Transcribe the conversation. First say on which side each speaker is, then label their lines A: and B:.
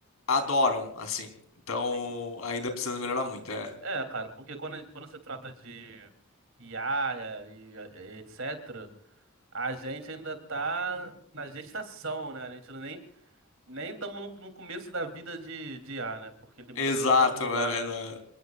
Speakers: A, on the left; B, on the right.
A: adoram, assim. Então,
B: sim.
A: ainda precisa melhorar muito, é.
B: É, cara, porque quando, quando se trata de IA e, e etc., a gente ainda tá na gestação, né? A gente não nem nem estamos no, no começo da vida de, de IA, né? Porque tem
A: Exato,
B: muita coisa pra rolar
A: mano.
B: ainda,
A: Exato,